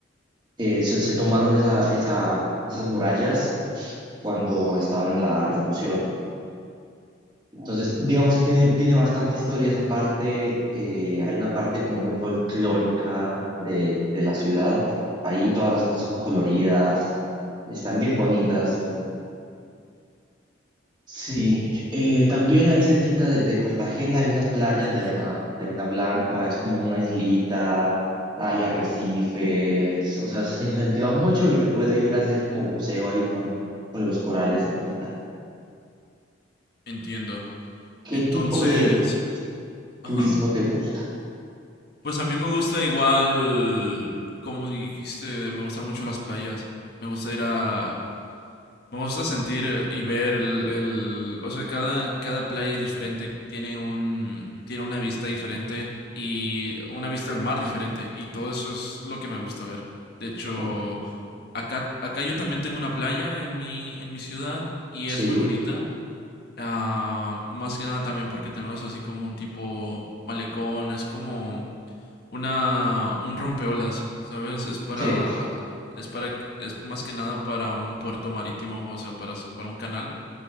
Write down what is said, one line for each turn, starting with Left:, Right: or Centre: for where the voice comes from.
Right: eh, se, se tomaron esa, esa, esas murallas cuando estaban en la revolución. Entonces, digamos que tiene, tiene bastante historia esa parte, eh, hay una parte como muy folclórica de, de la ciudad, ahí todas las casas son coloridas, están bien bonitas, Sí, eh, también ahí cerquita de, de Cartagena hay unas playas
Left: Entiendo.
Right: de arena, de arena blanca, es como en una islita, hay arrecifes, o sea, se incentiva mucho y se puede ir a hacer como buceo ahí con, con los corales cerquita.
Left: Entiendo.
Right: ¿Qué
Left: Entonces,
Right: tipo de
Left: ajá.
Right: turismo te gusta?
Left: Pues a mí me gusta igual, como dijiste, me gustan mucho las playas. Me gusta ir a... Me gusta sentir y ver el, el- o sea, cada, cada playa es diferente, tiene un, tiene una vista diferente y una vista al mar diferente y todo eso es lo que me gusta ver. De hecho,
Right: Ok,
Left: acá, acá yo también tengo una playa en mi, en mi ciudad y
Right: sí,
Left: es muy bonita. Ah, más que nada también porque tenemos así como un tipo malecón, es como una un rompeolas, ¿sabes? Es para
Right: sí,
Left: es para es más que nada para un puerto marítimo, o sea, para s- para un canal